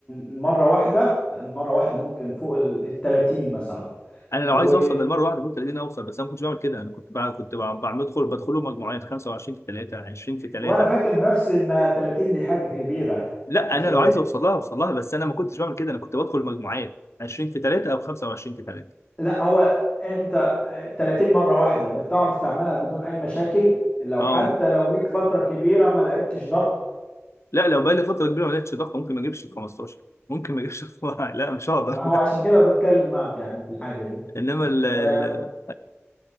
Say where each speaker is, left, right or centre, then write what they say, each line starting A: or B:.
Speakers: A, on the left; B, on the left.
A: مره واحده مره واحده ممكن فوق ال 30 مثلا
B: انا لو
A: و...
B: عايز اوصل للمره واحده ممكن تلاقيني اوصل بس انا ما كنتش بعمل كده انا كنت بع- كنت بع- بعمل بدخل بدخله مجموعات 25 في 3 20 في 3
A: وانا فاكر نفسي ان 30 دي حاجه كبيره
B: لا
A: <laughs> شويه
B: انا لو عايز اوصل لها اوصل لها بس انا ما كنتش بعمل كده انا كنت بدخل مجموعات 20 في 3 او 25 في 3
A: لا هو انت 30 مره واحده بتعرف تعملها بدون اي مشاكل لو
B: اه
A: حتى لو ليك فتره كبيره ما لعبتش ضغط
B: لا لو بقى لي فتره كبيره ما لقيتش ضغط ممكن ما اجيبش ال 15 ممكن ما اجيبش ال <laughs> 12. لا مش هقدر
A: ما هو عشان كده بتكلم معك يعني في الحاجه دي
B: <laughs> انما ال ال-
A: آه،